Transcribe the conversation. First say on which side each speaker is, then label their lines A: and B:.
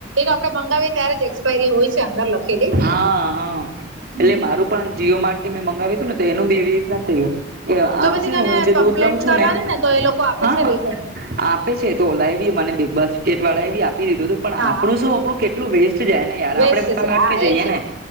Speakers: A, on the right; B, on the right.
A: આપડે મંગાવીએ ત્યારે જ એક્સપાયરી હોય છે, અંદર લખેલી
B: હા હા
A: હમ
B: એટલે મારું પણ જીઓ માર્ટથી મેં મંગાવ્યું હતુંને તો એનું બી એવી નથી કે
A: તો
B: આમ
A: પછી
B: છે,
A: તને
B: ને હું જે
A: કમ્પ્લેન
B: દૂધ લઉં છું
A: કરવાની
B: ને
A: તો એ લોકો આપે
B: હા
A: છે રિફંડ
B: આપે છે, તો ઓલાએ બી મને બિગ બસિકેટ વાળા એ બી આ પી દીધુ હતુ પણ
A: હા
B: આપણુ શુ આપણુ કેટલુ વેસ્ટ જાય ને યાર
A: વેસ્ટ
B: આપડે સામે
A: જાય
B: અટકી
A: હા
B: જઈએ
A: એ છે
B: ને